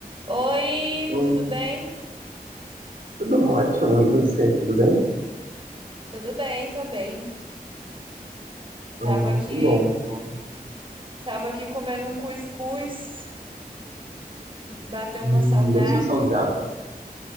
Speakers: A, on the right (about 35°); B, on the right (about 60°).
A: Oi,
B: Oi,
A: tudo bem?
B: tudo ótimo, e você, tudo bem?
A: Tudo bem, tô bem.
B: Ah,
A: Tava aqui,
B: que bom, cara.
A: tava aqui comendo um cuscuz que bateu
B: Hum,
A: uma saudade.
B: doce ou salgado.